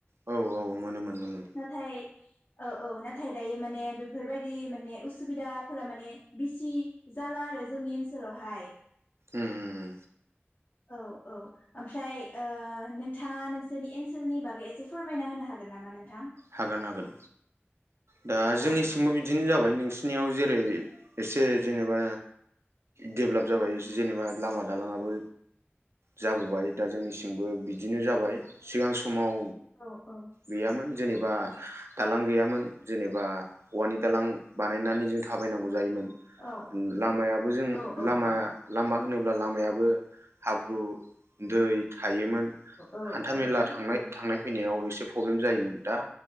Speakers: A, on the right (about 80°); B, on the left (about 45°).
A: औ औ मोनोमोन मोनोमोन
B: नाथाय औ औ नाथा नाथाय दायो माने बेफोरबायदि माने उसुबिदाफोरा माने बिसि जाला आरो जोंनि ओनसोलावहाय
A: उम उम
B: औ औ ओमफ्राय ओ नोंथाङा नोंसोरनि ओनसोलनि बागै एसे फोरमायना होनो हागोन नामा नोंथां
A: हागोन हागोन दा जोंनिसिमबो
B: औ
A: बिदिनो जाबाय नोंसिनियाव जेरै एसे जेनेबा डेभलाप जाबाय जेनेबा लामा दालाङाबो जाबोबाय दा जोंनिसिंबो बिदिनो जाबाय सिगां समाव
B: औ औ
A: गैयामोन जेनेबा दालां गैयामोन जेनेबा औवानि दालां बानायनानै जों थाबायनांगौ जायोमोन
B: औ
A: लामायाबो जों
B: औ औ
A: लामा
B: औ
A: लामा होनोब अब्ला लामायाबो हाब्रु दै थायोमोन
B: औ
A: हान्थामेला थांनाय
B: औ
A: थांनाय फैनायाव एसे पब्लेम जायोमोन दा